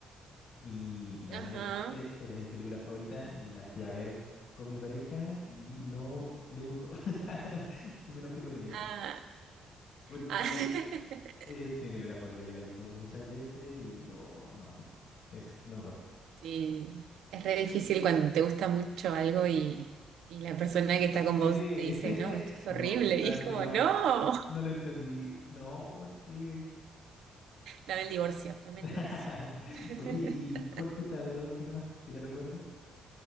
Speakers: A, on the left; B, on the right.
A: Y, y también
B: Ajá.
A: es, es- es de mis películas favoritas y la fui a ver con mi pareja y no le gustó. <laughs> Y me enojé con ella
B: Ah,
A: porque
B: ah. <laughs>
A: es mi película favorita. Yo la he visto muchas veces y oh, no, es lo mejor.
B: Sí, es re difícil cuando te gusta mucho algo y, y la persona que está
A: Sí,
B: con vos te dice,
A: <laughs>
B: no, esto es
A: no,
B: horrible.
A: sabes
B: Y es
A: que
B: como,
A: no,
B: no,
A: no lo entendí. No, ¿por qué?
B: dame el divorcio, dame
A: <laughs>
B: el divorcio. <laughs>
A: Oye, ¿y cuál fuiste a ver la última que te recuerdes?